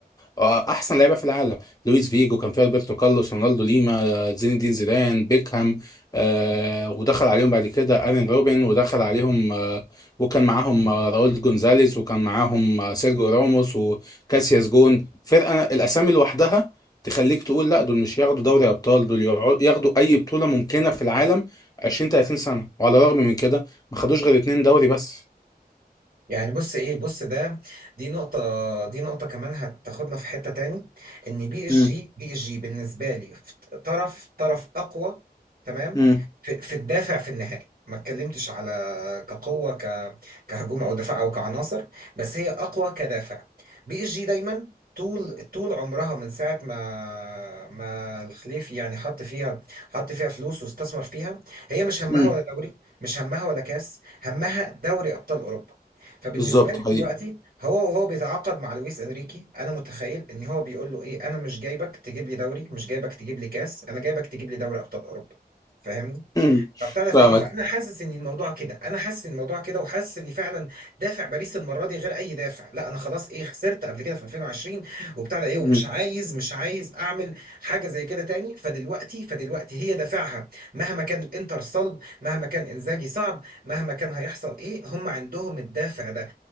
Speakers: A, on the left; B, on the right.
A: آه، احسن لعيبه في العالم لويس فيجو كان فيها روبرتو كارلوس رونالدو ليما آه، زين الدين زيدان بيكهام آه، ودخل عليهم بعد كده ارين روبن ودخل عليهم آه، وكان معاهم آه، راؤول جونزاليز وكان معاهم آه، سيرجيو راموس وكاسياس جون فرقه الاسامي لوحدها تخليك تقول لا دول مش ياخدوا دوري ابطال دول يقعدوا- ياخدوا اي بطوله ممكنه في العالم 20 30 سنه وعلى الرغم من كده ما خدوش غير اتنين دوري بس
B: يعني بص ايه بص ده دي نقطة دي نقطة كمان هتاخدنا في حتة تاني ان بي اس
A: مم.
B: جي بي اس جي بالنسبة لي في طرف طرف اقوى تمام
A: مم.
B: في, في الدافع في النهائي ما اتكلمتش على كقوة ك كهجوم او دفاع او كعناصر بس هي اقوى كدافع بي اس جي دايما طول طول عمرها من ساعة ما ما الخليفي يعني حط فيها حط فيها فلوس واستثمر فيها هي مش همها
A: مم.
B: ولا دوري مش همها ولا كاس همها دوري ابطال اوروبا فبالنسبه
A: بالظبط
B: لي
A: حقيقي
B: دلوقتي هو وهو بيتعاقد مع لويس انريكي انا متخيل ان هو بيقول له ايه انا مش جايبك تجيب لي دوري مش جايبك تجيب لي كاس انا جايبك تجيب لي دوري ابطال اوروبا فاهمني
A: مم.
B: فابتدى
A: فاهمك
B: فايه فانا حاسس ان الموضوع كده انا حاسس ان الموضوع كده وحاسس ان فعلا دافع باريس المره دي غير اي دافع لا انا خلاص ايه خسرت قبل كده في 2020 وبتاع ده ايه ومش
A: مم.
B: عايز مش عايز اعمل حاجه زي كده تاني فدلوقتي فدلوقتي هي دافعها مهما كان الانتر صلب مهما كان انزاجي صعب مهما كان هيحصل ايه هم عندهم الدافع ده